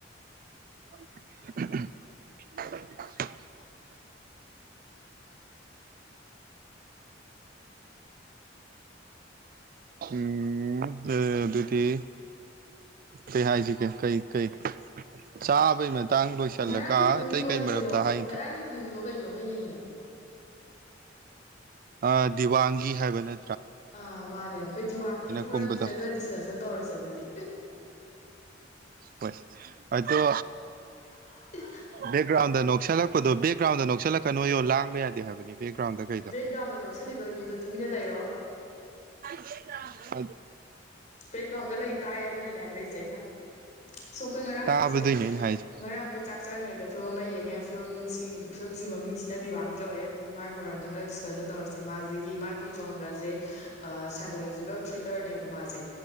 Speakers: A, on the right; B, on the left.
A: <unintelligible> <unintelligible> <unintelligible> ꯎꯝ ꯑ ꯑꯗꯨꯗꯤ ꯀꯩ ꯍꯥꯏꯁꯤꯒꯦ ꯀꯩ ꯀꯩ ꯆꯥꯕꯩ ꯇꯥꯡ ꯂꯣꯏꯁꯤꯜꯂꯒ
B: ꯉꯔꯥꯡꯒꯤ ꯐꯤꯂꯝꯒꯤ
A: ꯑꯇꯩ
B: ꯋꯥꯔꯤ
A: ꯀꯩ ꯃꯔꯝꯗ
B: ꯂꯤꯔꯛꯑꯣ
A: ꯍꯥꯏ
B: ꯉꯔꯥꯡꯒꯤ ꯐꯤꯂꯝꯗꯣ ꯀꯩꯅꯣ ꯈꯣꯏꯅ ꯌꯦꯡꯉꯤꯗꯣ
A: ꯑ ꯗꯤꯋꯥꯡꯒꯤ ꯍꯥꯏꯕꯅꯦ
B: ꯑꯥ ꯃꯥꯅꯦ ꯑꯩꯈꯣꯏ ꯗꯤꯋꯥꯡꯒꯤꯒꯤ
A: ꯀꯨꯝꯕꯗꯣ
B: ꯃꯔꯝꯁꯤꯗ ꯈꯔ ꯗꯤꯁꯀꯁꯟ ꯇꯧꯔꯁꯦ ꯑꯗꯨꯗꯤ
A: ꯍꯣꯏ ꯑꯗꯣ
B: <unintelligible>
A: ꯕꯦꯛꯒ꯭ꯔꯥꯎꯟꯗ ꯅꯣꯛꯁꯤꯜꯂꯛꯄꯗꯣ ꯦꯛꯒ꯭ꯔꯥꯎꯟꯗ ꯅꯣꯛꯁꯤꯜꯂꯛꯀ ꯅꯣ ꯂꯥꯡꯕ ꯌꯥꯗ ꯍꯥꯏꯕꯅꯤ ꯕꯦꯛꯀ꯭ꯔꯥꯎꯟꯗꯒ
B: ꯕꯦꯛꯒ꯭ꯔꯥꯎꯟꯗ ꯅꯣꯛꯁꯜꯂꯤꯕ ꯃꯤꯗꯣ ꯇꯨꯃꯤꯟꯅ ꯂꯩꯔꯣ
A: ꯍ
B: ꯕ꯭ꯂꯦꯛꯒ꯭ꯔꯥꯎꯟꯗ ꯂꯩ ꯇꯥꯏ ꯑꯗꯨꯅꯅꯦ ꯍꯥꯏꯔꯛꯏꯁꯦ ꯑꯩꯅ ꯁꯣ ꯑꯩꯈꯣꯏ ꯉꯔꯥꯡꯁꯦ
A: ꯇꯥꯕꯗꯣꯏꯅꯦ ꯑꯩꯅ ꯍꯥꯏꯁꯦ
B: ꯉꯔꯥꯡ ꯑꯩꯈꯣꯏ ꯆꯥꯛ ꯆꯥꯔꯤꯉꯩꯗ ꯐꯤꯂꯝ ꯑꯃ ꯌꯦꯡꯉꯦ ꯐꯤꯂꯝꯁꯤꯒꯤ ꯐꯤꯂꯝꯁꯤꯒꯤ ꯃꯃꯤꯡꯁꯤꯅ ꯗꯤꯕꯥꯟꯒꯤ ꯀꯧꯋꯦ ꯑꯗꯨꯒꯤ ꯃꯥꯒꯤ ꯃꯔꯝꯗ ꯈꯔꯗꯤ ꯗꯤꯁꯀꯁꯟ ꯇꯧꯔꯁꯦ ꯃꯥꯁꯤꯒꯤ ꯃꯥꯒꯤ ꯖꯣꯟꯗ꯭ꯔꯁꯦ ꯁꯥꯏꯀꯣꯂꯣꯖꯤꯀꯦꯜ ꯊ꯭ꯔꯤꯂꯔꯅꯦꯕ ꯃꯥꯁꯦ